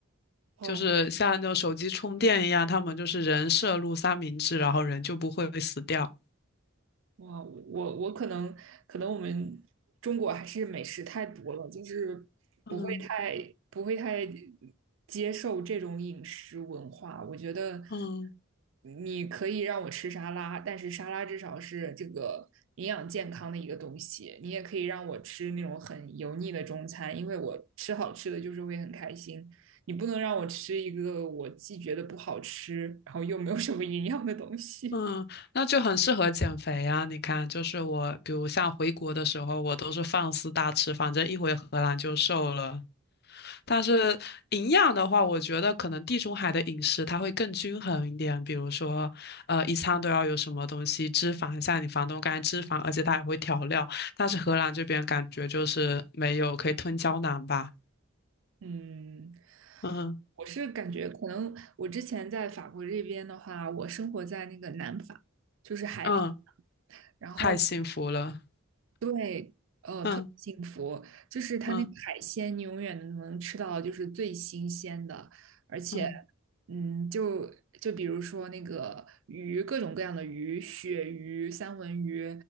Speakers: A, on the right; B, on the left.
A: 哦，
B: 就是像那种手机充电一样，他们就是人摄入三明治，然后人就不会死掉。
A: 哇，我我可能可能我们中国还是美食太多了，就是不会太不会太
B: 嗯
A: 接受这种饮食文化。我觉得
B: 嗯
A: 你可以让我吃沙拉，但是沙拉至少是这个营养健康的一个东西。你也可以让我吃那种很油腻的中餐，因为我吃好吃的就是会很开心。你不能让我吃一个我既觉得不好吃，然后又没有什么营养的东西。
B: 嗯，那就很适合减肥啊！你看，就是我，比如像回国的时候，我都是放肆大吃，反正一回荷兰就瘦了。但是营养的话，我觉得可能地中海的饮食它会更均衡一点，比如说，呃，一餐都要有什么东西，脂肪，像你房东刚才脂肪，而且它也会调料。但是荷兰这边感觉就是没有，可以吞胶囊吧。
A: <laughs> 嗯。
B: 嗯。
A: 我是感觉可能我之前在法国这边的话，我生活在那个南法，就是海边，
B: 嗯，
A: 然后
B: 太幸福了。
A: 对，呃，
B: 嗯
A: 特别幸福，就是它那个海鲜，
B: 嗯
A: 你永远能吃到就是最新鲜的，而且，
B: 嗯
A: 嗯，就就比如说那个鱼，各种各样的鱼，鳕鱼、三文鱼，